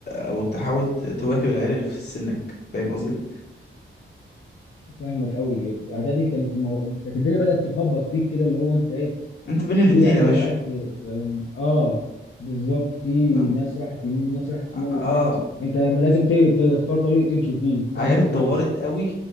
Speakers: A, on the left; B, on the left.
A: او تحاول ت- تواكب العيال اللي في سنك فاهم قصدي
B: فاهمك قوي اعدادي كانت المو... كانت الدنيا بدات تخبط فيك كده اللي هو انت ايه
A: انت بين الاتنين
B: في عيال
A: يا باشا
B: عيال في, في اه بالظبط في
A: بالظبط.
B: ناس راحت يمين وناس راحت شمال
A: اه
B: وبتاع انت لازم ت- تختار طريق تمشي فيه
A: عيال
B: فاهمك
A: اتطورت
B: كويس
A: قوي